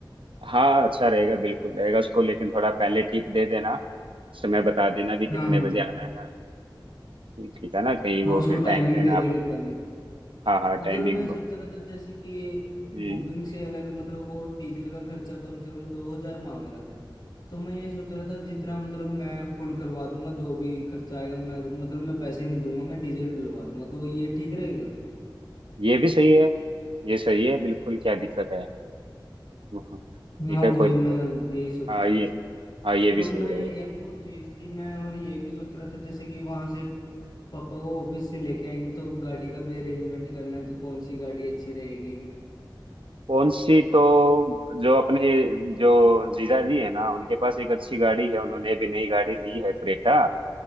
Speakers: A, on the right; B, on the left.
A: हाँ अच्छा रहेगा बिल्कुल रहेगा उसको लेकिन थोड़ा पहले टिप दे देना समय बता देना भी कितने
B: हाँ हाँ
A: बजे आना है हाँ ठीक ठीक है ना कहीं
B: हाँ
A: वो
B: उसको
A: फिर
B: टाइमिंग
A: टाइम पे ना
B: दे
A: आप
B: देंगे पहले
A: हाँ हाँ
B: मतलब
A: टाइमिंग
B: मैं सोच रहा था जैसे कि ये
A: हम्म,
B: बुकिंग से अलग मतलब वो डीजल का खर्चा कम से कम दो हजार मांग रहा था तो मैं ये सोच रहा था जितना मतलब मैं फुल करवा दूंगा जो भी खर्चा आएगा मैं मतलब मैं पैसे नहीं दूंगा मैं डीजल डलवा दूंगा तो ये ठीक रहेगा
A: ये भी सही है ये सही है बिल्कुल क्या दिक्कत है हाँ, ठीक
B: हाँ
A: है
B: वही
A: कोई दिक्कत
B: मैं
A: नहीं
B: यही सोच
A: हाँ
B: रहा
A: ये
B: था
A: हाँ ये भी
B: और
A: सही
B: मैं
A: रहेगा
B: एक और चीज थी मैं और ये भी सोच रहा था जैसे कि वहां से पापा को ऑफिस से लेके आएंगे तो गाड़ी का भी अरेंजमेंट करना है तो कौन सी गाड़ी अच्छी रहेगी
A: कौन सी तो जो अपने जो जीजा जी है ना उनके पास एक अच्छी गाड़ी है उन्होंने अभी नई गाड़ी ली है क्रेटा